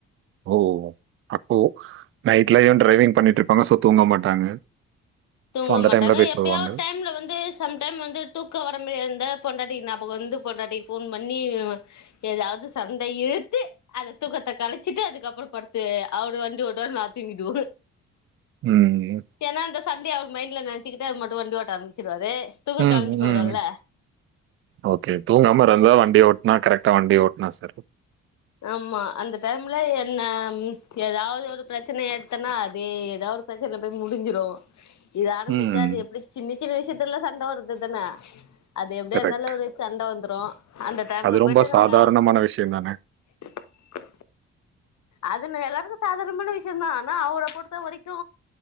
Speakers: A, on the right; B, on the left.
A: ஓ அப்போ நைட்ல ஏ டிரைவிங் பண்ணிட்டு இருப்பாங்க ஸோ தூங்க மாட்டாங்க
B: தூங்க
A: ஸோ அந்த
B: மாட்டாங்க
A: டைம்ல போய்
B: எப்பயோ
A: சொல்லுவாங்க.
B: ஒர் டைம்ல வந்து சம் டைம் வந்து தூக்க வர மாரி இருந்தா பொண்டாட்டிக்கு ஞாபகம் வந்து பொண்டாட்டிக்கு ஃபோன் பண்ணி ஏதாவது சண்டை இழுத்து அந்த தூக்கத்த கலச்சிட்டு அதுக்கு அப்புறோ பட்த்து அவரரு வண்டி ஒட்டுவாரு நா தூங்கிடுவோ
A: ம் ம்
B: ஏன்னா அந்த சண்டய அவர் மைண்ட்ல நென்ச்சு கிட்டே மட்டு வண்டி ஓட்ட ஆரம்பிச்சுடுவாரு தூக்கோ
A: ம்,
B: களஞ்சி போயிடுல்ல
A: ம். ஓகே தூங்காம நல்லா வண்டி ஓட்னா கரெக்டா வண்டி ஓட்னா சரி
B: ஆமா அந்த டைம்ல என்ன ஏதாவது ஒரு பிரச்சன எட்த்தேன்னா அதே தாவத் பிரச்சன இப்ப முடிஞ்சிடூ இதாது
A: ம்.
B: மிஞ்சாது எப்டி சின்ன சின்ன விஷயத்துலா சண்ட வருதுத்தான அது எப்டியா
A: கரெக்ட்.
B: இருந்தாலூ ஒரு சண்ட வந்துறோ அந்த டைம்ல
A: அது ரொம்ப
B: போயிட்டு நாங்க
A: சாதாரணமான விஷயம் தானே!
B: எதுக்கு அது நா எல்லாருக்கூ சாதாரணமான விஷயந்தான் ஆனா அவரை பொறுத்த வரைக்கூ